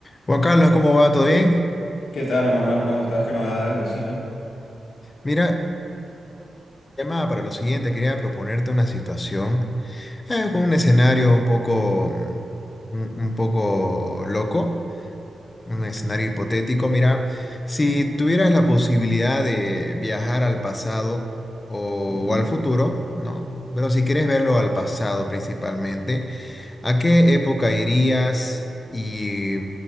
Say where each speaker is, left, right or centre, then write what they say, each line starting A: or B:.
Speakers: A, on the left; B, on the left.
A: Juan Carlos, ¿cómo va? ¿Todo bien?
B: ¿Qué tal, Emanuel? ¿Cómo estás? ¿Qué novedades? Decime.
A: Mira, llamada para lo siguiente, quería proponerte una situación eh, con un escenario un poco, mm, un, un poco loco, un escenario hipotético. Mira, si tuvieras la posibilidad de viajar al pasado o,
B: Ujú.
A: o al futuro, ¿no? Pero si quieres verlo al pasado principalmente, ¿A qué época irías? Y